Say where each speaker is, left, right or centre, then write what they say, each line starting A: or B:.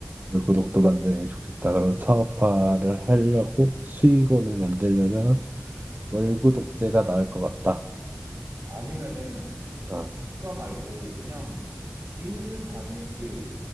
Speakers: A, on the right (about 50°); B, on the right (about 75°).
A: 구독도 만드는 게 좋겠다. 그럼 사업화를
B: 어.
A: 하려고 수익원을 만들려면 월구독제가
B: 음. 그-
A: 나을 것 같다.
B: 아니면은,
A: 아,
B: 국가 말고 그냥 일 단위, 그,